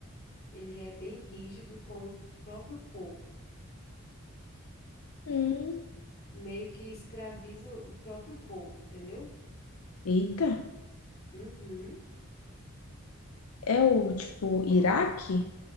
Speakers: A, on the left; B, on the left.
A: ele é bem rígido com o próprio povo.
B: Hum.
A: Meio que escraviza o próprio povo, entendeu?
B: Eita.
A: Uhum.
B: É o, tipo, Iraque?